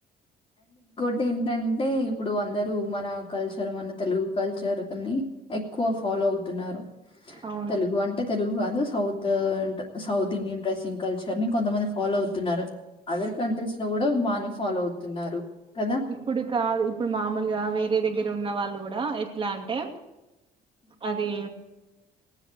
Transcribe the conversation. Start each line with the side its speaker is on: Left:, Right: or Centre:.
Left: టీ ఏంటంటే ఇప్పుడు అందరు మన కల్చర్ మన తెలుగు కల్చర్ని ఎక్కువ ఫాలో అవుతున్నారు.
Right: అవును
Left: తెలుగు అంటే తెలుగు కాదు south south Indian dressing culture ని కొంతమంది ఫాలో అవుతుంది అదర్ కంట్రీస్ లో కూడా బాగానే ఫాలో అవుతున్నారు కదా
Right: ఇప్పుడు కాదు ఇప్పుడు మామూలుగా వేరే దగ్గర ఉన్న వాళ్ళు కూడా ఎట్లా అంటే అది